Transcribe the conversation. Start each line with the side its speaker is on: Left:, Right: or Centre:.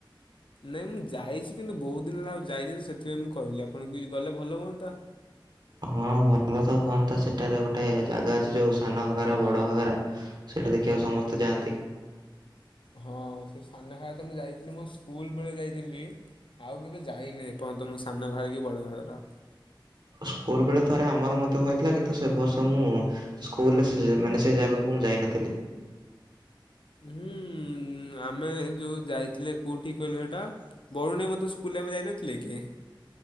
Left: ନାଇଁ ମୁଁ ଯାଇଛି। କିନ୍ତୁ ବହୁତ ଦିନ ହେଲା ଆଉ ଯାଇନି, ତ ସେଥିପାଇଁ ମୁଁ କହିଲି ଆପଣଙ୍କୁ ବି ଗଲେ ଭଲ ହୁଅନ୍ତା।
Right: ହଁ ଭଲ ତ ହୁଅନ୍ତା। ସେଠାରେ ଗୋଟେ ଜାଗା ଅଛି ଯୋଉ ସାନ ଘାଗରା, ବଡ ଘାଗରା। ସେଇଟା ଦେଖିବାକୁ ସମସ୍ତେ ଯାଆନ୍ତି।
Left: ହଁ ସେ ସାନ ଘାଗରା ତ ମୁଁ ଯାଇଥିଲି ମୋ ସ୍କୁଲ ବେଳେ ଯାଇଥିଲି! ଆଉ କେବେ ଯାଇନି ଏପର୍ଯ୍ୟନ୍ତ ମୁଁ ସାନ ଘାଗରା କି ବଡ଼ ଘାଗରା।
Right: ସ୍କୁଲ ବେଳେ ଥରେ ଆମର ମଧ୍ୟ ହୋଇଥିଲା। କିନ୍ତୁ ସେ ବର୍ଷ ମୁଁ ସ୍କୁଲରେ ସେ ଯ ମାନେ ସେ ଜାଗାକୁ ମୁଁ ଯାଇନଥିଲି।
Left: ହୁଁ ଆମେ ଯୋଉ ଯାଇଥିଲେ କୋଉଠିକି କହିଲେ ସେଇଟା? ବରୁଣେଇ ମଧ୍ୟ ସ୍କୁଲରେ ଆମେ ଯାଇନଥିଲେ କି?